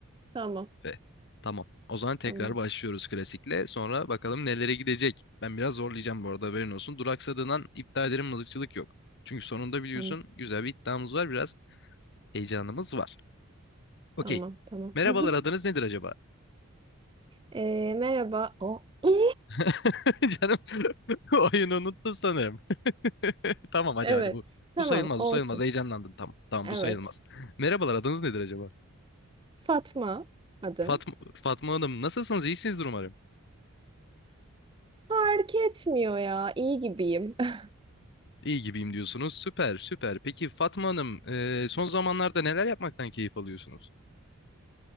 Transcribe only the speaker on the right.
Tamam.
Tamam.
Tamam.
Tamam. Tamam.
<laughs>
Ee, merhaba. O. <laughs>
Evet.
Tamam.
Olsun.
Evet.
Fatma adım.
Fark etmiyor ya. İyi gibiyim. <laughs>